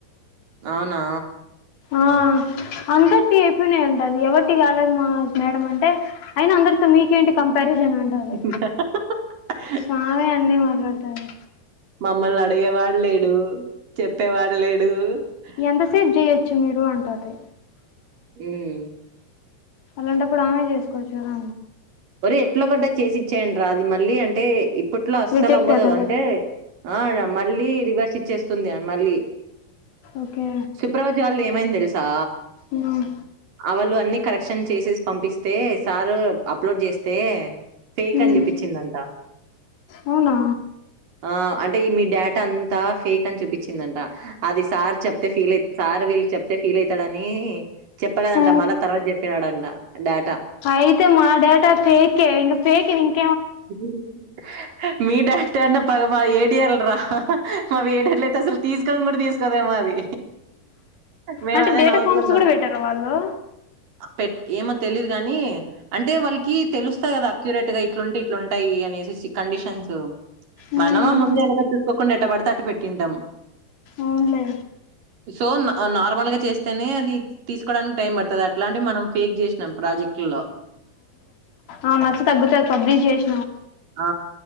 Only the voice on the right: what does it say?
అవునా
మేడయ్యో
నన్ను అడిగే వాడులేడు. చెప్పేవాడు లేడు
హ.
ఉమ్.
ఎట్లాగో అట చేసి ఇచ్చేయండ్రిరా అది మల్లి అంటే‌ ఇప్ప ఇప్పట్లో అస్సలు
అవ్వదు
అంటే
ఆహ్ మళ్ళీ రివర్స్ ఇచ్ చేస్తుంది ఆప్. మళ్ళీ
సుప్రజ వాళ్లది ఏమైంది. ఇది సా.
ఆహ్ వాళ్ళు అన్ని. కరెక్షన్ చేసేసి పంపిస్తే సారు అప్ప్ పూజ చేస్తే. ఫేక్
అని చూపించిందంట
ఆహ్ అంట్. హే ‌‌మీ డాడ్. అంతా ఫేక్ అని చూపించిందంట హ. అది సార్ చెప్తే ఫీల్ అయి సార్ వీళ్ళ చెప్తే ఫీల్ అయితడని. <inaudible> చెప్పలేదంట
మళ్ళ తర్వాత చెప్పినాడంట. డాటా.
<unintelligible> మీ డాక్టర్ అన్న పగమా ఏడిర్ల రా మా ఏడార్లు అయితే అసలు తీసుకని కూడా తీసుకు గాదె మరి మేము
అదే
నవ్వుకున్నాం
పె ఏమో తెలీయదు కాగాని అంటే వాళ్ళకి తెలుస్తా కదా అక్యూరేట్ గా ఇట్లుంటే ఇ లుంటాయి అనే కండిషన్స్
మనం ముందు వెనక చూసుకోకుండా ఎట్టబడితే అటు పెట్టింటాం
సో నార్మల్గా చేస్తేనే అది తీసుకోడానికి టైం పడుతుంది అట్లాంటి మనం ఫేక్ చేసినాం ప్రాజెక్టులలో
ఆ